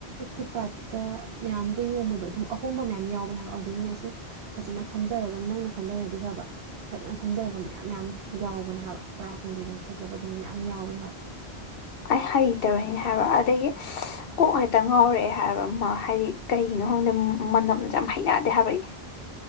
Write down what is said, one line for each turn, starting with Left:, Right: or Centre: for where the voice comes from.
Right: ꯐꯨꯠ ꯄꯥꯠꯇ ꯃꯌꯥꯝꯒ ꯌꯣꯟꯕꯗꯣ ꯑꯗꯨꯝ ꯑꯍꯣꯡꯕ ꯃꯌꯥꯝ ꯌꯥꯎꯕꯅꯦ ꯍꯥꯏꯕ ꯑꯗꯨꯗꯒꯤꯅꯦ ꯁꯨꯝ ꯐꯖꯅ ꯐꯝꯊꯔꯒ ꯅꯪꯅ ꯈꯟꯗ ꯍꯥꯏꯔꯗꯤ ꯐꯕ ꯐꯖꯅ ꯐꯝꯊꯔꯒ ꯃꯌꯥꯝ ꯃꯌꯥꯝ ꯌꯥꯎꯕꯅꯦ ꯍꯥꯏꯕ ꯇꯔꯥ ꯀꯨꯟꯕꯤ ꯑꯃ ꯐꯖꯕ ꯑꯗꯨꯝ ꯃꯌꯥꯝ ꯌꯥꯎꯕꯅꯦ ꯍꯥꯏꯕ
Left: ꯑꯩ ꯍꯩꯇꯕꯒꯤꯅꯦ ꯍꯥꯏꯕ ꯑꯗꯒꯤ ꯀꯣꯛ ꯉꯦꯛꯇ ꯉꯥꯎꯔꯛꯑꯦ ꯍꯥꯏꯕ ꯑꯃ ꯍꯥꯏꯗꯤ ꯀꯩꯒꯤꯅꯣ ꯈꯪꯗꯦ ꯃꯅꯝꯁꯦ ꯌꯥꯝ ꯍꯩꯩꯅꯗꯦ ꯍꯥꯏꯕ ꯑꯩ